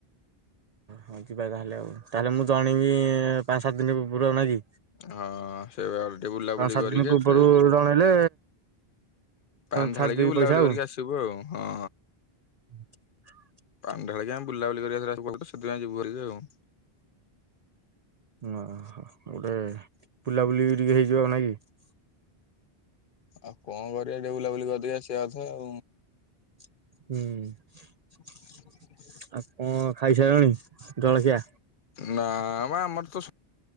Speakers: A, on the right; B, on the left.
A: ହଉ ଯିବା ତାହେଲେ ଆଉ ତାହେଲେ ମୁଁ ଜଣେଇବି ପାଞ୍ଚ ସାତ ଦିନ ପୂର୍ବରୁ ଆଉ ନା କି?
B: ହଁ ସେ ଟିକେ ବୁଲାବୁଲି
A: ପାଞ୍ଚ ସାତ
B: କରିକି
A: ଦିନ ପୂର୍ବରୁ
B: ଏଥିରେ
A: ଜଣେଇଲେ
B: ପାଣିଢାଳିକି
A: ଛାଡିଦେବି
B: ବୁଲାବୁଲି
A: ପଇସା ଆଉ।
B: କରିକି ଆସିବୁ ଆଉ ହଁ
A: <inaudible>
B: ପାନ୍ ଢ଼ା ଳିକିଆମେ ବୁଲାବୁଲି କରିବା ସେଥିପାଇଁ ଯିବୁରିକି ଆଉ
A: ଓ ଗୋଟେ ବୁଲାବୁଲି ଟିକେ ହେଇଯିବ ନାଇ କି
B: ଆଉ କଣ କରିବା ଟିକେ ବୁଲାବୁଲି କରିଦେଇ ଆସିବା କଥା ଆଉ
A: ହୁଁ
B: ହ
A: ଆଉ କଣ ଖାଇସାରିଲଣି ଜଳଖିଆ?
B: ନା ଆମର ତ